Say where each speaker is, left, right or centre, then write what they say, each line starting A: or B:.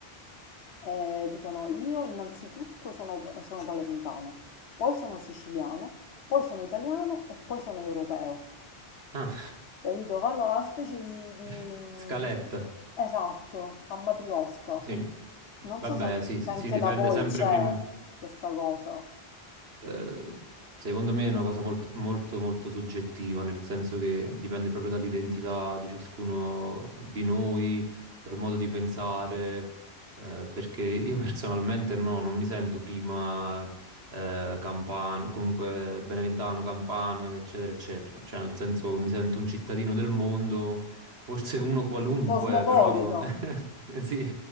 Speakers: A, on the left; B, on the right.
A: eh, dicono io innanzitutto sono, sono palermitano, poi sono siciliano, poi sono italiano e poi sono europeo
B: Ah,
A: capito? Fanno una specie di, di-
B: <laughs>
A: mh,
B: Scaletta.
A: Esatto, a matriosca.
B: Sì.
A: Non
B: Vabbè,
A: so se,
B: sì,
A: se
B: sì,
A: anche
B: si difende
A: da voi
B: sempre
A: c'è
B: prima.
A: questa cosa.
B: Eh, secondo me è una cosa molto, molto, molto soggettiva, nel senso che dipende proprio dall'identità di ciascuno di noi, dal modo di pensare, eh, perché io <laughs> personalmente no, non mi sento prima eh, campano, comunque beneventano, campano, eccetera, eccetera. Cioè, nel senso, mi sento un cittadino del mondo, forse uno qualunque,
A: Cosmopolita.
B: però <laughs> sì,